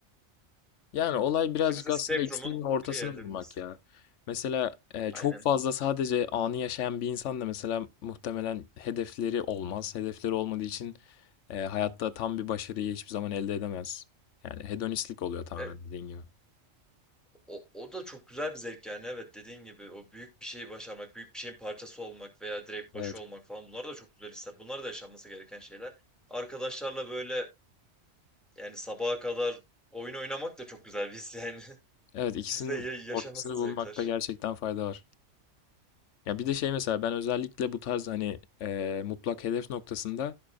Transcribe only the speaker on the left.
Yani olay birazcık
aslında
ikisinin ortasını
bulmak ya. Mesela e, çok
fazla sadece anı yaşayan bir insan da mesela muhtemelen hedefleri olmaz. Hedefleri olmadığı için e, hayatta tam bir başarıyı hiçbir zaman elde edemez. Yani hedonistlik oluyor tamamen
dediğin gibi.
Evet.
Evet ikisinin
ortasını bulmakta
gerçekten fayda var. Ya bir de şey mesela ben özellikle bu tarz hani e, mutlak hedef noktasında